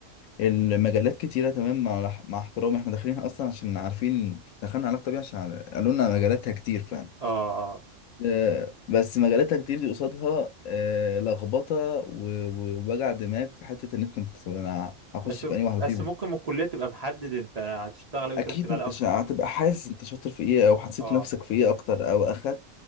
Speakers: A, on the left (about 80°); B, on the right (about 45°).
A: المجالات كتيرة تمام مع مع احترامي احنا داخلين اصلا عشان عارفين دخلنا علاقة طبيعية عشان قالوا لنا مجالاتها كتير فعلا
B: اه آه.
A: آه، بس مجالاتها كتير دي قصادها آه، لخبطة و- و- ووجع دماغ في حتة ان انت بت- انا هخش
B: بس
A: في انهي واحدة فيهم
B: بس ممكن من الكلية تبقى محدد انت هتشتغل ايه
A: اكيد
B: وتركز عليه
A: انت
B: اكتر
A: شا- هتبقى حاسس انت شاطر في ايه او حسيت
B: اه
A: نفسك في ايه اكتر او اخدت